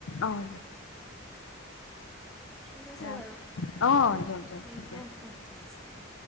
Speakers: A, on the left; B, in the centre.
A: অঁ
B: ঠিক আছে
A: আহ,
B: বাৰু
A: অহ দিয়ক -দিয়ক
B: অঁ
A: ঠিকে
B: অঁ
A: আছে।
B: অঁ ঠিক আছে অঁ